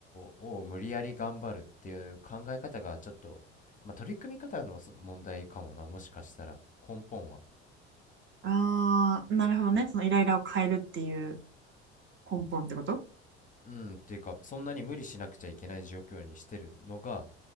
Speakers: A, on the left; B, on the right.
A: を無理やり頑張るっていう考え方がちょっと、まあ取り組み方のそ問題かもな、もしかしたら根本は。
B: ああ、なるほどね。そのイライラを変えるっていう根本ってこと
A: うん、っていうか、そんなに無理しなくちゃいけない状況にしてるのが